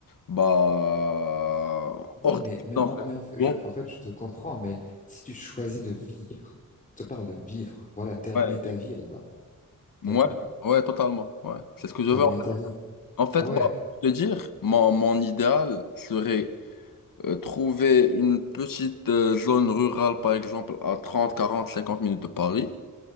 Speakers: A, on the left; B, on the left.
A: bah, hors
B: oui, mais,
A: des villes,
B: mais, en,
A: en fait.
B: mais en fait, je,
A: Bon,
B: en fait, je te comprends, mais si tu choisis de vivre, je te parle de vivre, voilà, terminer
A: Ouais,
B: ta vie là-bas. T'as
A: ouais,
B: vu?
A: ouais, totalement. Ouais, c'est ce que je
B: Terminer
A: veux.
B: ta vie.
A: En fait,
B: Ouais,
A: bah, pour te dire, mon, mon idéal serait euh, trouver une petite euh, zone rurale, par exemple, à 30, 40, 50 minutes de Paris,